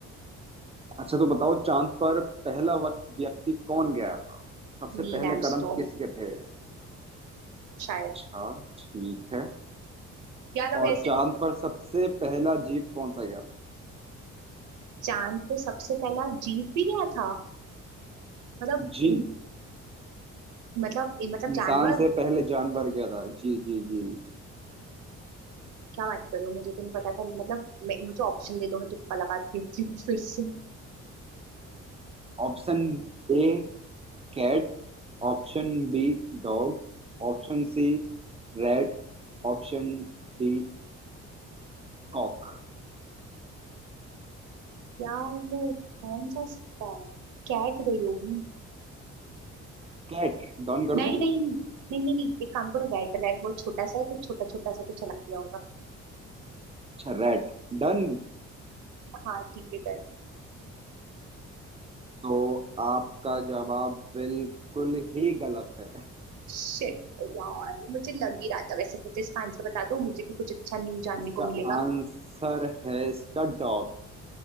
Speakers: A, on the right (about 20°); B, on the right (about 80°).
A: अच्छा तो बताओ चांद पर पहला वक्त व्यक्ति कौन गया था सबसे
B: Neil
A: पहले
B: Armstrong
A: कदम किसके थे
B: शायद
A: अच्छा ठीक है
B: यार अब
A: और
B: ऐसे
A: चांद पर सबसे पहला जीव कौन सा गया था
B: चांद पे सबसे पहला जीव भी गया था मतलब
A: जी
B: इन, मतलब मतलब
A: इंसान
B: जानवर
A: से पहले जानवर गया था जी जी जी
B: क्या बात कर रहे हो मुझे तो नहीं पता था मतलब मैं, मुझे ऑप्शन दे दो मैं तुक्का लगा देती हूँ फिर से
A: Option A cat option B dog option C rat option D cock
B: यार वो कौन सा सिक्का है कैट गई होगी
A: Cat done कर
B: नहीं
A: दूं
B: नहीं नहीं नहीं नहीं नहीं एक काम करो रेड रेड वो छोटा सा है तो छोटा छोटा सा तो चला गया होगा
A: अच्छा रैट डन
B: हाँ ठीक है कर
A: तो आपका जवाब बिल्कुल ही गलत है
B: शिट यार मुझे लग ही रहा था वैसे मुझे इसका आंसर बता दो मुझे भी कुछ अच्छा न्यू जानने
A: इसका
B: को मिलेगा
A: आंसर है इसका डॉग